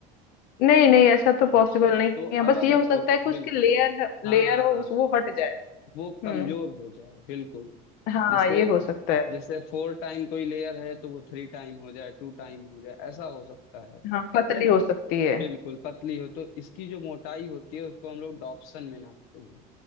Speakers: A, on the left; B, on the left.
A: नहीं नहीं ऐसा तो पॉसिबल
B: हाँ
A: नहीं
B: तो अब
A: है बस
B: अगर
A: ये हो
B: ओ,
A: सकता है कि
B: बिल्कुल
A: उसकी लेयर है
B: हाँ
A: लेयर हो उस- वो हट जाए
B: वो
A: हम्म
B: कमजोर हो जाए बिल्कुल
A: हाँ
B: जैसे
A: ये हो सकता है
B: जैसे फोर टाइम कोई लेयर है तो वो थ्री टाइम हो जाए टू टाइम हो जाए ऐसा हो सकता है
A: हाँ पतली
B: है ना
A: हो सकती है
B: बिल्कुल पतली हो तो इसकी जो मोटाई होती है उसको हम लोग डॉप्सन में नापते हैं